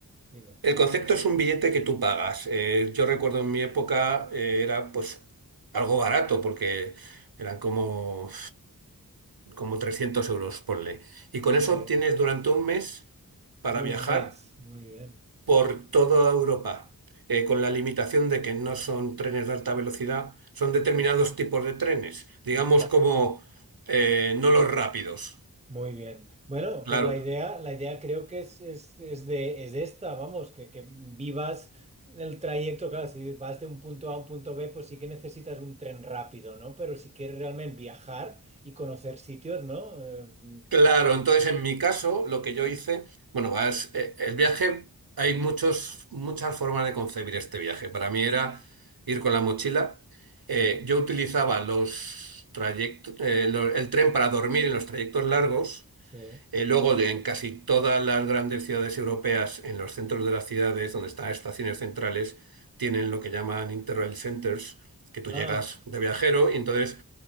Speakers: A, on the right; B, on the right.
A: Dime.
B: el concepto es un billete que tú pagas. Eh, yo recuerdo en mi época eh, era pues algo barato, porque eran como, como 300 euros, ponle. Y con
A: Sí.
B: eso tienes durante un mes para
A: A
B: viajar.
A: un mes. Muy bien.
B: por toda Europa, eh, con la limitación de que no son trenes de alta velocidad, son determinados tipos de trenes, digamos
A: Ya.
B: como eh, no los rápidos.
A: Muy bien. Bueno,
B: Claro,
A: pero la idea, la idea creo que es, es, es de, es esta, vamos, que, que vivas el trayecto, claro, si vas de un punto A a un punto B, pues sí que necesitas un tren rápido, ¿no? Pero si quieres realmente viajar y conocer sitios, ¿no? Eh, mm,
B: claro. Entonces, en mi caso, lo que yo hice, bueno, vas, eh, el viaje, hay muchos, muchas formas de concebir este viaje. Para mí era ir con la mochila.
A: sí,
B: Eh, yo utilizaba los trayectos, eh, lo- el tren para dormir en los trayectos largos.
A: sí.
B: Eh, luego, de- en casi todas las grandes ciudades europeas, en los centros de las ciudades, donde están estaciones centrales, tienen lo que llaman Interrail Centers, que tú
A: Ah,
B: llegas de viajero y entonces,